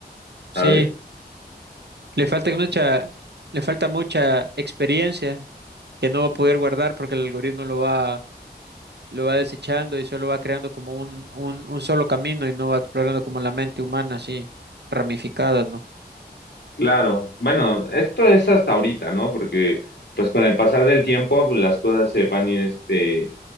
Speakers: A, on the right (about 85°); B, on the left (about 85°).
A: sí,
B: ¿sabes?
A: le falta mucha, le falta mucha experiencia que no va a poder guardar porque el algoritmo lo va lo va desechando y solo va creando como un, un, un solo camino y no va explorando como la mente humana así ramificada, ¿no?
B: Claro, bueno, esto es hasta ahorita, ¿no? Porque pues con el pasar del tiempo pues, las cosas se van a ir este